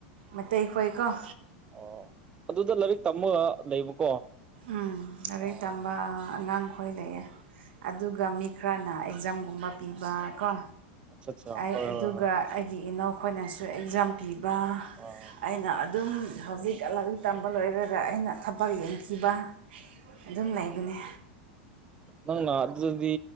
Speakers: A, on the right; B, on the right.
A: ꯃꯇꯩꯩ ꯈꯣꯏꯀꯣ
B: ꯑꯣ ꯑꯗꯨꯗ ꯂꯥꯏꯔꯤꯛ ꯇꯝꯃꯒ ꯂꯩꯕꯀꯣ
A: ꯎꯝ ꯂꯔꯩ
B: ꯑꯣ
A: ꯇꯝꯕ ꯑꯉꯥꯡꯈꯣꯏ ꯂꯩꯑꯦ ꯑꯗꯨꯒ ꯃꯤ ꯈꯔꯅ ꯑꯩ ꯑꯦꯛꯖꯥꯝꯒꯨꯝꯕ ꯄꯤꯕ ꯀꯣ
B: ꯑꯠꯆꯥ ꯑꯠꯆꯥ
A: ꯑꯩ
B: ꯍꯣꯏ
A: ꯑꯗꯨꯒ
B: ꯍꯣꯏ ꯍꯣꯏ
A: ꯑꯩꯒꯤ ꯏꯅꯧ ꯑꯩꯈꯣꯏꯅꯁꯨ ꯑꯦꯛꯖꯥꯝ ꯄꯤꯕ
B: <inaudible>
A: ꯑꯩꯅ ꯑꯗꯨꯝ ꯍꯧꯖꯤꯛ ꯂꯥꯏꯔꯤꯛ ꯇꯝꯕ ꯂꯣꯏꯔꯒ ꯑꯩꯅ ꯊꯕꯛ ꯌꯦꯡꯈꯤꯕ ꯑꯗꯨꯝ ꯂꯩꯕꯅꯦ
B: ꯅꯪꯅ ꯑꯗꯨꯗꯗꯤ